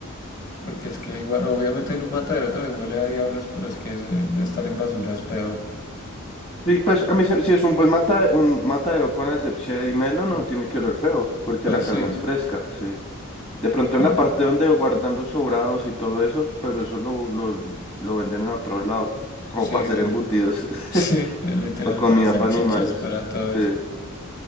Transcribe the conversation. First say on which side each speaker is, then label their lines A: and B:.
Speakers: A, on the left (about 50°); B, on the left (about 25°).
A: Porque es que igual, obviamente en un matadero también huele a diablos, pero es que eh, estar en basura es peor.
B: Sí, pues a mí se- si es un buen mata, un matadero con asepsia y melo, no tiene que oler feo, porque
A: Pues
B: la carne
A: sí,
B: es fresca, sí. De pronto
A: pero
B: en la parte donde guardan los sobrados y todo eso, pero eso lo, lo, lo venden en otro lado, como
A: sí,
B: para hacer
A: uy,
B: embutidos
A: no. <laughs>
B: <laughs>
A: Sí, eh, literal,
B: o comida
A: para salchichas,
B: para animales.
A: para todo eso.
B: Sí,